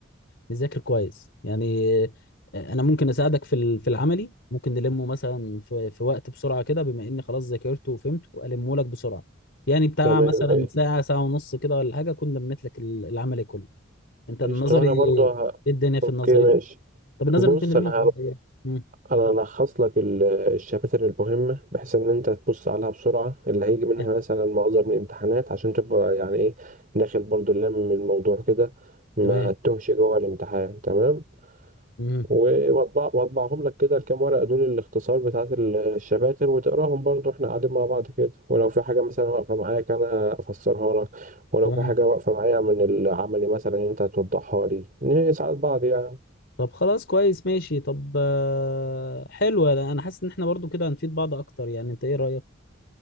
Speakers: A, on the left; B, on the right.
A: نذاكر كويس يعني انا ممكن اساعدك في ال- في العملي ممكن نلمه مثلا في في وقت بسرعه كده بما اني خلاص ذاكرته وفهمته المه لك بسرعه يعني بتاع
B: تمام
A: مثلا
B: ماشي
A: ساعه ساعه ونص كده ولا حاجه كنا لميت لك ال- العملي كله انت النظري
B: قشطة وانا برضو ه...
A: ايه الدنيا في
B: اوكي
A: النظري
B: ماشي
A: طب النظري
B: بص
A: ممكن نلمه
B: انا
A: في قد ايه مم،
B: انا الخص لك ال- الشباتر المهمه بحيث ان انت تبص عليها بسرعه اللي هيجي منها
A: يعني
B: مثلا معظم الامتحانات عشان تبقى يعني ايه داخل برضو لم الموضوع كده ما
A: تمام
B: تتوهش جوه الامتحان تمام
A: مم،
B: و- واطبع واطبعهم لك كده الكام ورقه دول الاختصار بتاعت ال- الشباتر وتقراهم برضو احنا قاعدين مع بعض كده ولو في حاجه مثلا واقفه معاك انا افسرها لك ولو
A: تمام
B: في حاجه واقفه معايا من العملي مثلا انت هتوضحها لي نساعد بعض يعني
A: طب خلاص كويس ماشي طب آه، حلو انا أنا حاسس ان احنا برضو كده هنفيد بعض اكتر يعني انت ايه رأيك